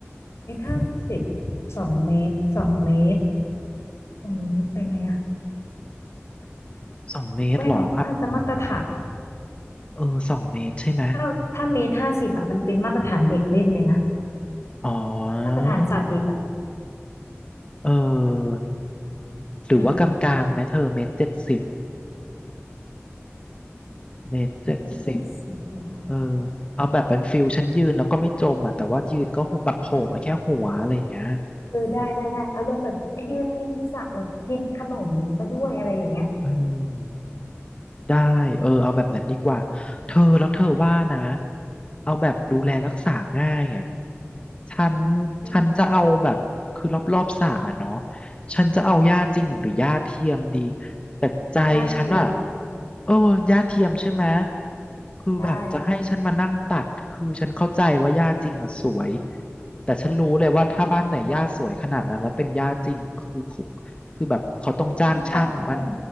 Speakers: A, on the left; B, on the left.
A: เมตรห้าสิบสองเมตรสองเมตรสองเมตรลึกไปไหมอ่ะ
B: สองเมตรเหรอ
A: ไม่หรอกน่าจะมาตรฐาน
B: อ่ะ เออสองเมตรใช่ไหม
A: ถ้าถ้าเมตรห้าสิบอ่ะมันเป็นมาตรฐานเด็กเล่นเลยนะ
B: อ๋อ
A: มาตรฐานศาสตร์เด็กอ่ะ
B: เออ หรือว่ากลางๆไหมเธอเมตรเจ็ดสิบ
A: อืม
B: เมตรเจ็ดสิบ
A: เมตรเจ็ดสิบเหรอ
B: เออ เอาแบบเป็นฟิลฉันยืนแล้วก็ไม่จมอ่ะแต่ว่ายืนก็แบบโผล่มาแค่หัวอะไรอย่างเงี้ย
A: อ่ะเออได้ได้ได้อารมณ์แบบยืนริมสระแบบกินขนมไปด้วยอะไรอย่างเงี้ย
B: อืม ได้เออเอาแบบนั้นดีกว่าเธอแล้วเธอว่านะเอาแบบดูแลรักษาง่ายอ่ะฉัน
A: อืม
B: ฉันจะเอาแบบคือรอบรอบสระเนาะฉันจะเอาหญ้าจริงหรือหญ้าเทียมดีแต่ใจฉันอ่ะ
A: หญ้าเทียม
B: เออหญ้าเทียมใช่ไหมคือแบบจะให้ฉันมานั่งตัดคือฉันเข้าใจว่าหญ้าจริงอ่ะสวย
A: ใช่
B: แต่ฉันรู้เลยว่าถ้าบ้านไหนหญ้าสวยขนาดนั้นแล้วเป็นหญ้าจริงคือคือแบบเขาต้องจ้างช่างมัน
A: เธอต้องตัดผม